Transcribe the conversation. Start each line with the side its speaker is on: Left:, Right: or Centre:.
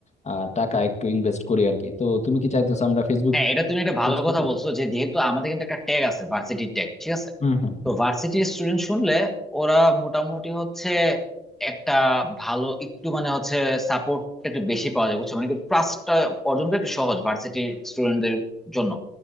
Left: আহ, টাকা একটু ইনভেস্ট করি আর কি তো তুমি কি চাইতেছো আমরা ফেসবুক
Centre: হ্যাঁ এটা তুমি একটা ভালো
Left: বুঝলি
Centre: কথা বলছো যে যেহেতু আমাদের কিন্তু একটা ট্যাগ আছে ভার্সিটির ট্যাগ ঠিক আছে
Left: হুম হুম
Centre: তো ভার্সিটির স্টুডেন্ট শুনলে ওরা মোটামুটি হচ্ছে একটা ভালো একটু মানে হচ্ছে সাপোর্ট একটু বেশি পাওয়া যায় বুঝছো মানে কি প্লাসটা অর্জন করা একটু সহজ ভার্সিটির স্টুডেন্টদের জন্য